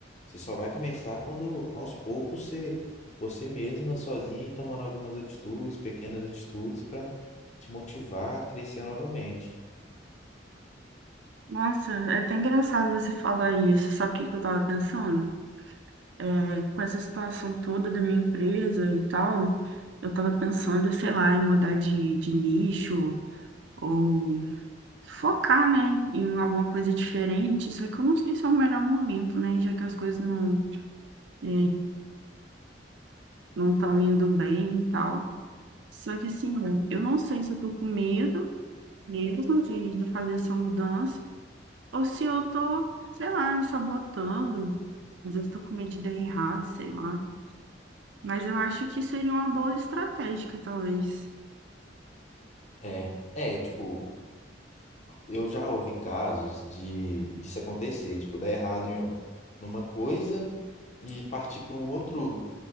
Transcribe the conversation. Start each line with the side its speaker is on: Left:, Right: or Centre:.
Left: você só vai começar quando aos poucos você, você mesma, sozinha, ir tomando algumas atitudes, pequenas atitudes, para te motivar a crescer novamente.
Right: Nossa, é até engraçado você falar isso. Sabe o que que eu tava pensando? É, com essa situação toda da minha empresa e tal, eu tava pensando, sei lá, em mudar de, de nicho ou focar, né, em alguma coisa diferente. Só que eu não sei se é o melhor momento, né, já que as coisas não é, não estão indo bem e tal. Só que assim, eu não sei se eu tô com medo mesmo de, de fazer essa mudança ou se eu tô, sei lá, me sabotando. Às vezes eu tô com medo de dar errado, sei lá. Mas eu acho que seria uma boa estratégia, talvez.
Left: É, é, tipo, eu já ouvi casos de disso acontecer, tipo, dar errado em, numa coisa e partir para um outro